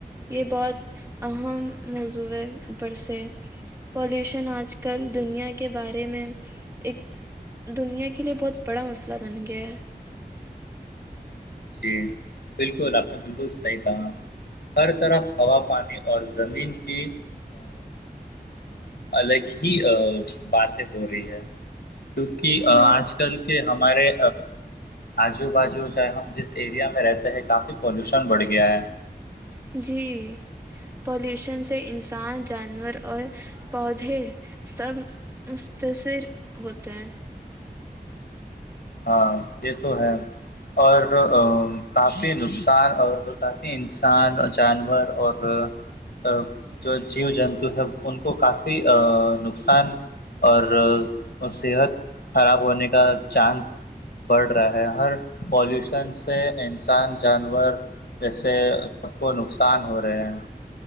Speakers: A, on the right (about 15°); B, on the left (about 85°).
A: یہ بہت اہم موضوع ہے اوپر سے پالوشن آج کل دنیا کے بارے میں ایک دنیا کے لیے بہت بڑا مسئلہ بن گیا ہے
B: جی بالکل آپ نے بالکل صحیح کہا ہر طرف ہوا پانی اور زمین کی الگ ہی باتیں ہو رہی ہے کیونکہ آج
A: ہاں
B: کل کہ ہمارے آجو بازو کیا ہے ہم جس ایریا میں رہتے ہیں کافی پولیوشن بڑھ گیا ہے
A: جی پالوشن سے انسان جانور اور پودے سب مستصر ہوتے ہیں
B: ہاں یہ تو ہے اور کافی نقصان اور کافی انسان جانور اور ا ا جو جیو جنتو ہے ان کو کافی نقصان اور صحت خراب ہونے کا چانس بڑھ رہا ہے ہر پولیوشن سے انسان جانور جیسے سب کو نقصان ہو رہے ہیں